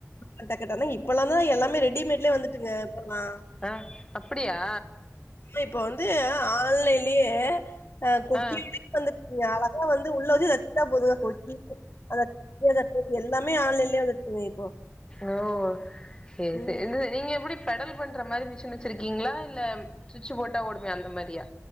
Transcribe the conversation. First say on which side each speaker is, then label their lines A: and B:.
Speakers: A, on the left; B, on the left.
A: அ டக்கடர்னு இப்போலாந்தா எல்லாமே ரெடிமேட்லே வந்துட்டுங்க இப்பல்லா
B: ஆ அப்பிடியா
A: இப்ப வந்து ஆ ஆன்லைன்லியே அ கொக்கியவே
B: ஆ
A: வந்து இனி அழகா வந்து உள்ள வச்சு தச்சிட்டா போதுங்க கொக்கி அத கீழ தக்றது எல்லாமே ஆன்லேன்லே வந்துசுங்க இப்போ
B: ஓ சேர்
A: ம்
B: சேர் என்னது நீங்க எப்புடி பெடல் பண்ற மாரி மிஷின் வச்சிருக்கீங்ளா இல்ல சுட்சு போட்டா ஓடுமே அந்த மாரியா